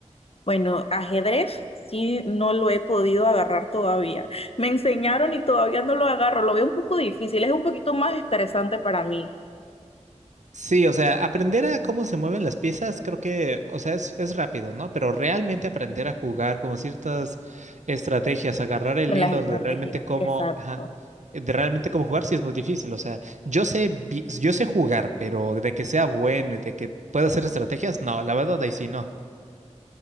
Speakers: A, on the left; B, on the right.
A: Bueno, ajedrez sí no lo he podido agarrar todavía. Me enseñaron y todavía no lo agarro. Lo veo un poco difícil, es un poquito más estresante para mí
B: Sí, o sea, aprender a cómo se mueven las piezas, creo que, o sea, es, es rápido, ¿no? Pero realmente aprender a jugar como ciertas estrategias, agarrar el
A: con
B: hilo
A: las estrategias.
B: de realmente cómo,
A: Exacto.
B: ajá, de realmente cómo jugar, sí es muy difícil. O sea, yo sé, bi- yo sé jugar, pero de que sea bueno y de que pueda hacer estrategias, no, la verdad ahí sí no.